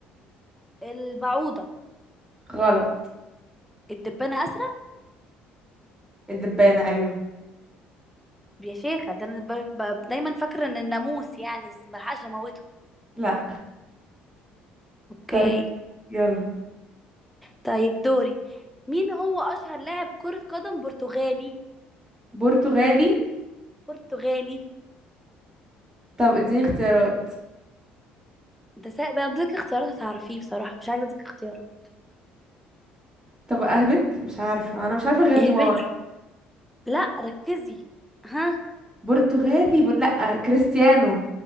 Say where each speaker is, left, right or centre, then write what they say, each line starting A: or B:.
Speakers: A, in the centre; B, on the right.
A: البعوضة
B: غلط
A: الدبانة أسرع
B: الدبانة أيوه
A: يا شيخة ده أنا ب... ب... دايما فاكرة إن الناموس يعني بس ملحقش أموته
B: لا
A: أوكي
B: طيب يلا
A: طيب دوري مين هو أشهر لاعب كرة قدم برتغالي
B: برتغالي
A: برتغالي
B: طب اديني اختيارات
A: انت سا... ده اديك اختيارات هتعرفيه بصراحة مش عايزة اديك اختيارات
B: طب أهبد مش عارفة أنا مش عارفة غير
A: اهبدي
B: نيمار
A: لا ركزي ها
B: برتغالي بر... لا كريستيانو